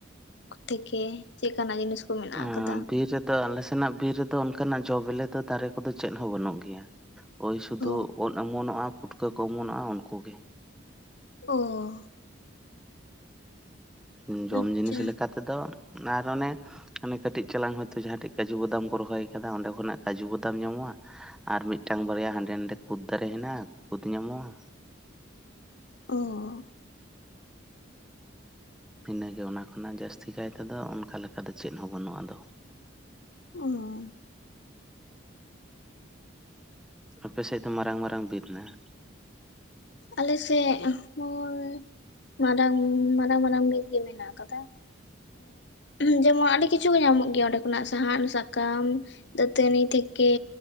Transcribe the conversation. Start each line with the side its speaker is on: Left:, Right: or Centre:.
Left: ᱛᱷᱮᱠᱮ ᱪᱮᱫᱠᱟ ᱱᱟᱜ ᱡᱤᱱᱤᱥ ᱠᱚ ᱢᱮᱱᱟᱜ
Centre: ᱮᱸ
Left: ᱟᱠᱟᱫᱟ?
Centre: ᱵᱤᱨ ᱨᱮᱫᱚ ᱟᱞᱮ ᱥᱮᱱᱟᱜ ᱵᱤᱨ ᱨᱮᱫᱚ ᱚᱱᱠᱟᱱᱟᱜ ᱡᱚ ᱵᱤᱞᱤ ᱫᱚ ᱫᱟᱨᱮ ᱠᱚᱫᱚ ᱪᱮᱫ ᱦᱚᱸ ᱵᱟᱹᱱᱩᱜ ᱜᱮᱭᱟ᱾ ᱳᱭ ᱥᱩᱫᱷᱩ
Left: ᱚ
Centre: ᱩᱫ ᱚᱢᱚᱱᱚᱜᱼᱟ ᱯᱩᱴᱠᱟᱹ ᱠᱚ ᱚᱢᱚᱱᱚᱜᱼᱟ ᱩᱱᱠᱩᱜ ᱜᱮ᱾
Left: ᱚ᱾
Centre: ᱩᱸ ᱡᱚᱢ
Left: ᱟᱪᱪᱷᱟ
Centre: ᱡᱤᱱᱤᱥ ᱞᱮᱠᱟ ᱛᱮᱫᱚ ᱟᱨ ᱚᱱᱮ ᱚᱱᱮ ᱠᱟᱹᱴᱤᱡ ᱪᱟᱞᱟᱝ ᱦᱚᱭᱛᱳ ᱡᱟᱦᱟᱸ ᱴᱷᱮᱡ ᱠᱟᱡᱩ ᱵᱟᱫᱟᱢ ᱠᱚ ᱨᱚᱦᱚᱭ ᱠᱟᱫᱟ ᱚᱸᱰᱮ ᱠᱷᱚᱱᱟᱜ ᱠᱟᱡᱩ ᱵᱟᱫᱟᱢ ᱧᱟᱢᱚᱜᱼᱟ, ᱟᱨ ᱢᱤᱫᱴᱟᱝ ᱵᱟᱨᱭᱟ ᱦᱟᱸᱰᱮ ᱱᱟᱰᱮ ᱠᱩᱫᱽ ᱫᱟᱨᱮ ᱦᱮᱱᱟᱜᱼᱟ ᱠᱩᱫ ᱧᱟᱢᱚᱜᱼᱟ,
Left: ᱚ᱾
Centre: ᱤᱱᱟᱹ ᱜᱮ ᱚᱱᱟ ᱠᱷᱚᱱᱟᱜ ᱡᱟᱹᱥᱛᱤ ᱠᱟᱭ ᱛᱮᱫᱚ ᱚᱱᱠᱟ ᱞᱮᱠᱟ ᱫᱚ ᱪᱮᱫ ᱦᱚᱸ ᱵᱟᱹᱱᱩᱜᱼᱟ ᱟᱫᱚ᱾
Left: ᱚ᱾
Centre: ᱟᱯᱮ ᱥᱮᱫ ᱫᱚ ᱢᱟᱨᱟᱝ ᱢᱟᱨᱟᱝ ᱵᱤᱨ ᱢᱮᱱᱟᱜ-ᱟ?
Left: ᱟᱞᱮ ᱥᱮᱫ ᱦᱳᱭ ᱢᱟᱨᱟᱝ, ᱢᱟᱨᱟᱝ ᱢᱟᱨᱟᱝ ᱵᱤᱨ ᱜᱮ ᱢᱮᱱᱟᱜ ᱟᱠᱟᱫᱟ ᱮᱸ ᱡᱮᱢᱚᱱ ᱟᱹᱰᱤ ᱠᱤᱪᱷᱩ ᱜᱮ ᱧᱟᱢᱚᱜ ᱜᱮᱭᱟ ᱚᱸᱰᱮ ᱠᱷᱚᱱᱟᱜ ᱥᱟᱦᱟᱱ ᱥᱟᱠᱟᱢ ᱫᱟᱹᱛᱟᱹᱱᱤ ᱛᱷᱮᱠᱮ